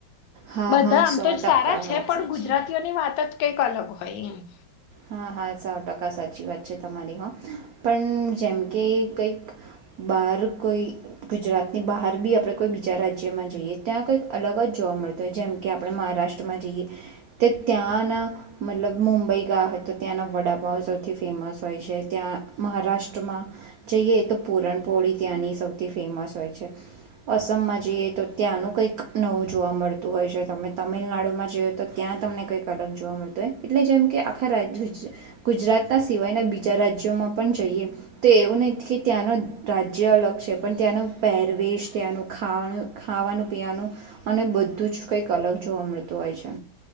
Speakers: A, on the right; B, on the left.
A: હા
B: બધા
A: હા સો
B: આમ તો જ
A: ટકા
B: સારા છે
A: વાત
B: પણ
A: સાચી
B: ગુજરાતીઓની વાત જ કંઈક અલગ હોય. <unintelligible>
A: હા હા સો ટકા સાચી વાત છે તમારી હો પણ જેમ કે કંઈક બહાર કોઈ ગુજરાતની બહાર બી આપણે કોઈ બીજા રાજ્યમાં જઈએ ત્યાં કંઈક અલગ જ જોવા મળતો હોય જેમ કે આપણે મહારાષ્ટ્રમાં જઈએ તે ત્યાંના મતલબ મુંબઈ ગા હો તો ત્યાંના વડાપાઓ સૌથી ફેમસ હોય છે ત્યાં મહારાષ્ટ્રમાં જઈએ તો પૂરણપોળી ત્યાંની સૌથી ફેમસ હોય છે અસમમાં જઈએ તો ત્યાંનું કંઈક નવું જોવા મળતું હોય છે તમે તમિલનાડુમાં જઈઓ તો ત્યાં તમને કંઈક અલગ જોવા મળતું હોય એટલે જેમ કે આ આખા રાજ ગુજરાતના સિવાયના બીજા રાજ્યોમાં પણ જઈએ તો એવું નથી કે ત્યાંનો રાજ્ય અલગ છે પણ ત્યાંનો પહેરવેશ ત્યાંનું ખાવાનું ખાવાનું પીવાનું અને બધું જ કઈક અલગ જોવા મળતું હોય છે.